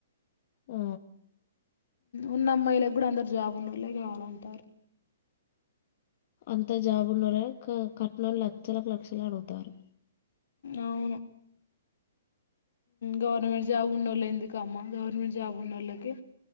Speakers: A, on the left; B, on the left.
A: ఆ
B: ఉన్న అమ్మాయిలకు కూడా అందరు జాబ్ ఉన్నళ్లే కావాలంటారు
A: అంతా జాబున్నారే కట్నంలో లక్షలకు లక్షలు అడుగుతారు
B: అవును గవర్నమెంట్ జాబ్ ఉన్న వాళ్ళు ఎందుకమ్మా గవర్నమెంట్ జాబ్ ఉన్న వాళ్ళకి